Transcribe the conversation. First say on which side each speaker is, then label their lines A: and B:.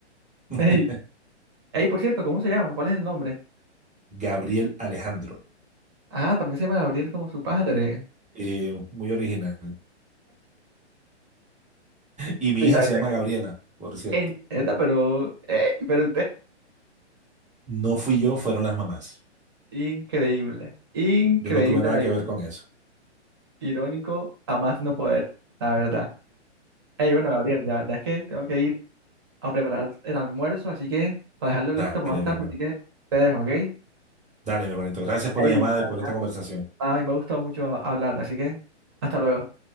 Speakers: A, on the right (about 20°); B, in the centre.
A: <laughs>
B: <laughs>
A: Ey, ey, por cierto, ¿cómo se llama? ¿Cuál es el nombre?
B: Gabriel Alejandro.
A: Ah, también se llama Gabriel como su padre.
B: Eh, muy original. Y mi
A: Sí,
B: hija
A: la verdad
B: se llama
A: que
B: Gabriela,
A: sí.
B: por cierto.
A: En Esta, pero, ey, pero usted,
B: No fui yo, fueron las mamás.
A: increíble, increíble,
B: Yo no tuve nada
A: la
B: que
A: iro-
B: ver con eso.
A: irónico, a más no poder, la verdad. Ey, bueno, Gabriel, la verdad es que tengo que ir a preparar el almuerzo, así que para dejarlo
B: Dale,
A: listo para más tarde,
B: mi hermano.
A: así que te dejo, ¿ok?
B: Dale, mi hermanito. Gracias por
A: Ey,
B: la llamada
A: la
B: y por
A: verdad,
B: esta conversación.
A: a mí me ha gustado mucho hablar, así que hasta luego.